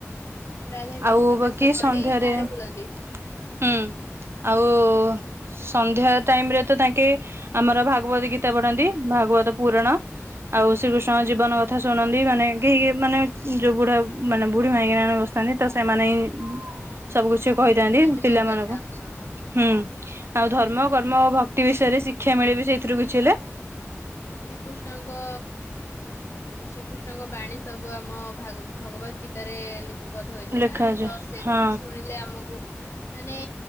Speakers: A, on the left; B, on the right.
A: ରାଧାକୃଷ୍ଣ
B: ଆଉ ବାକି
A: ବେଶ ପଡି
B: ସନ୍ଧ୍ୟାରେ।
A: ଗାଁରେ
B: ହୁଁ,
A: ବୁଲନ୍ତି।
B: ଆଉ ସନ୍ଧ୍ୟା ଟାଇମ୍ ରେ ତ ତାଙ୍କେ ଆମର ଭାଗବତ ଗୀତା ପଢନ୍ତି, ଭାଗବତ ପୁରାଣ। ଆଉ ଶ୍ରୀକୃଷ୍ଣଙ୍କ ଜୀବନ କଥା ଶୁଣନ୍ତି ମାନେ କେହି ମାନେ ଯୋଉ ବୁଢା ମାନେ ବୁଢୀ ମାଇକିନା ମାନେ ବସ୍ ଥାନ୍ତି ତ ସେମାନେ ହିଁ ସବୁ କିଛି
A: ଶ୍ରୀକୃଷ୍ଣଙ୍କ
B: କହିଥାନ୍ତି
A: ଜୀବନ
B: ପିଲା
A: ଗାଥା
B: ମାନଙ୍କୁ।
A: ହଁ
B: ହୁଁ ଆଉ ଧର୍ମ, କର୍ମ ଓ ଭକ୍ତି ବିଷୟରେ ଶିକ୍ଷା ମିଳେ ବିି ସେଇଥିରୁ କିଛି ହେଲେ।
A: ଶ୍ରୀକୃଷ୍ଣଙ୍କ। ଉଁ ଶ୍ରୀକୃଷ୍ଣଙ୍କ ବାଣୀ ସବୁ ଆମ ଭାଗ-ଭଗବତ ଗୀତାରେ ଲି ପିବଧ ହେଇଛି
B: ଲେଖାଯାଏ
A: ନା ତ ସେ
B: ହଁ
A: ଶୁଣିଲେ ଆମକୁ ମାନେ।